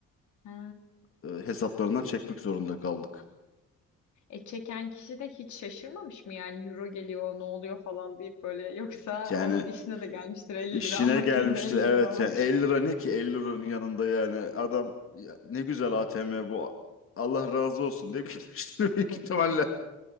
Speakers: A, on the left; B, on the left.
A: Ha.
B: e, hesaplarından çekmek zorunda kaldık.
A: E çeken kişi de hiç şaşırmamış mı yani euro geliyor ne oluyor falan deyip böyle <laughs> yoksa
B: Yani
A: onun işine de gelmiştir 50
B: işine
A: lira almak
B: gelmiştir
A: yerine 50
B: evet
A: lira almak.
B: yani 50 lira ne ki 50 liranın yanında yani adam ya ne güzel ATM bu Allah razı olsun diye gitmiştir
A: <laughs>
B: <laughs> büyük ihtimalle.